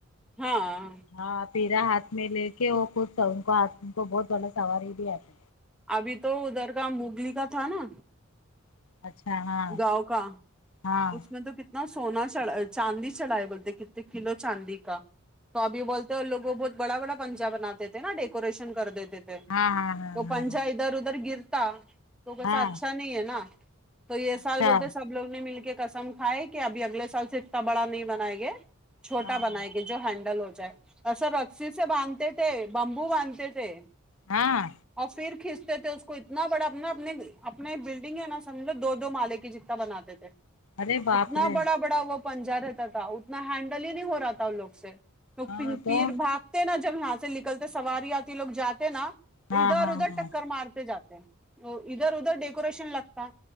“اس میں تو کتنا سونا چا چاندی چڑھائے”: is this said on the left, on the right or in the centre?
Centre